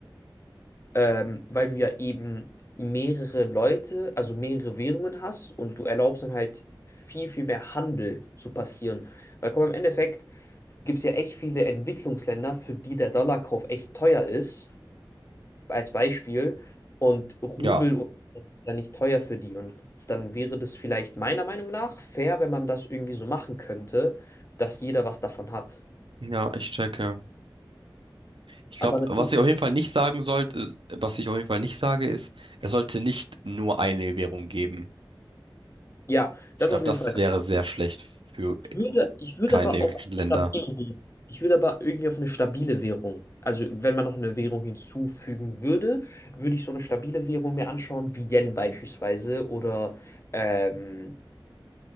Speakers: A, on the left; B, on the right.
A: ähm, weil du ja eben mehrere Leute, also mehrere Währungen hast und du erlaubst dann halt viel, viel mehr Handel zu passieren. Weil komm, im Endeffekt gibt es ja echt viele Entwicklungsländer, für die der Dollarkauf echt teuer ist, als Beispiel, und Rubel
B: Ja,
A: und das ist dann nicht teuer für die. Und dann wäre das vielleicht meiner Meinung nach fair, wenn man das irgendwie so machen könnte, dass jeder was davon hat.
B: ja, ich checke. Ich glaube,
A: Aber natürlich.
B: was ich auf jeden Fall nicht sagen sollte, was ich auf jeden Fall nicht sage, ist, es sollte nicht nur eine Währung geben.
A: Ja,
B: Ich
A: das
B: glaube,
A: auf jeden
B: das
A: Fall.
B: wäre sehr schlecht für
A: Ich würde, ich würde
B: kleine
A: aber auf eine
B: Länder.
A: stabile Währung. Ich würde aber irgendwie auf eine stabile Währung. Also wenn man noch eine Währung hinzufügen würde, würde ich so eine stabile Währung mir anschauen, wie Yen beispielsweise oder ähm,